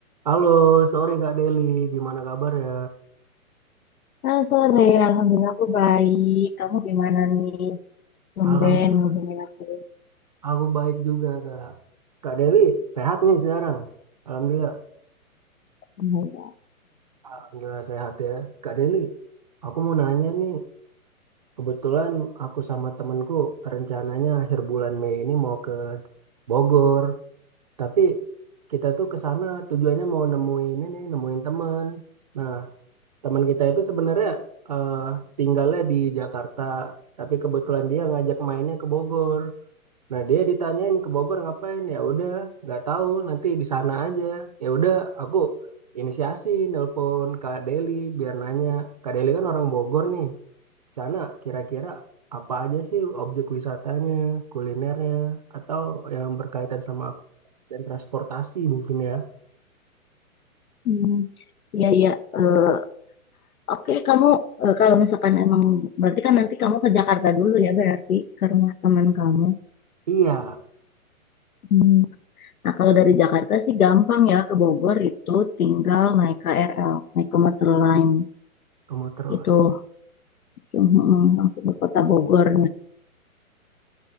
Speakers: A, on the right; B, on the left.
A: Halo, sore Kak Deli, gimana kabar ya?
B: Halo sore, Alhamdulillah aku baik. Kamu gimana nih? Tumben
A: Alhamdulillah,
B: ngubungin aku.
A: aku baik juga Kak. Kak Deli, sehat nih sekarang. Alhamdulillah,
B: Alhamdulillah.
A: Alhamdulillah sehat ya. Kak Deli, aku mau nanya nih, kebetulan aku sama temenku rencananya akhir bulan Mei ini mau ke Bogor, tapi kita tuh ke sana tujuannya mau nemuin ini, nemuin temen. Nah, teman kita itu sebenarnya eh, tinggalnya di Jakarta, tapi kebetulan dia ngajak mainnya ke Bogor. Nah dia ditanyain ke Bogor ngapain ya udah nggak tahu nanti di sana aja ya udah aku inisiasi nelpon Kak Deli biar nanya Kak Deli kan orang Bogor nih di sana kira-kira apa aja sih objek wisatanya kulinernya atau yang berkaitan sama aku dan transportasi mungkin ya
B: Hmm, Iya, iya. Eh, Oke, kamu eh, kalau misalkan emang berarti kan nanti kamu ke Jakarta dulu ya berarti ke rumah teman kamu.
A: iya
B: Hmm. Nah, kalau dari Jakarta sih gampang ya ke Bogor itu tinggal naik KRL, naik ke Meter Line
A: kamu terus
B: itu langsung, mm, langsung ke kota Bogor.